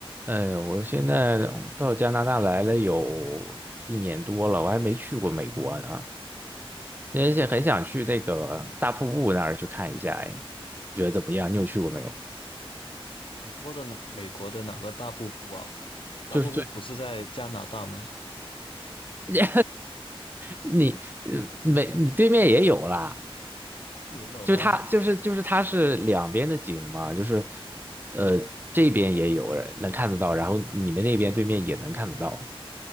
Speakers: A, on the right; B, on the left.
A: 哎呦，我现在到加拿大来了有一年多了，我还没去过美国呢，而且很想去那个大瀑布那儿去看一下。哎，你觉得怎么样？你有去过没有？
B: 你说的哪美国的哪个大瀑布啊？大瀑布不是在加拿大吗？
A: 就是最 <laughs> 你
B: 嗯，
A: 你呃美你对面也有啦，
B: 是也有吗？
A: 就是它就是就是它是两边的景嘛，
B: <laughs>
A: 就是呃这边也有人能看得到，然后你们那边对面也能看得到。